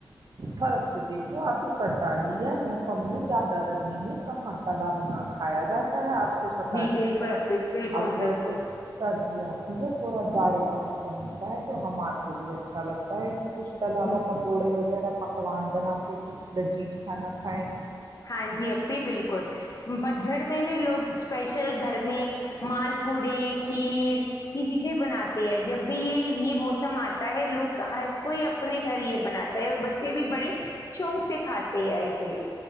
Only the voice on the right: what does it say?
فرق تو دیکھو آپ ہی پڑتا ہی ہے موسم میں زیادہ گرمی میں کہاں تالاب نہ کھایا جاتا ہے آپ کو پتا
ہی ہے
اب جسے
سردیا آتی یہ تھوڑا جاڑے کا موسم ہوتا ہے تو ہمار کو بھی اچھا لگتا ہے کہ کچھ تو علاوہ
پکوڑے وغیرہ پکوان بنا کہ کچھ لذیذ کھانا کھائیں